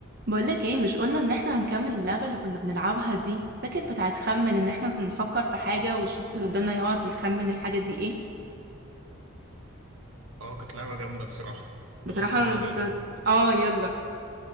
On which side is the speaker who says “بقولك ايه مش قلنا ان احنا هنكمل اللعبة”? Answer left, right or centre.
Right